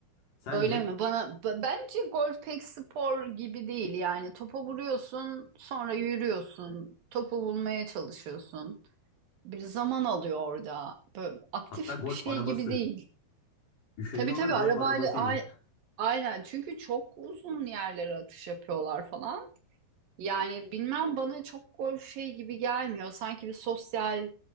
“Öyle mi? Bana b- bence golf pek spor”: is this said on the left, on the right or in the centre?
Right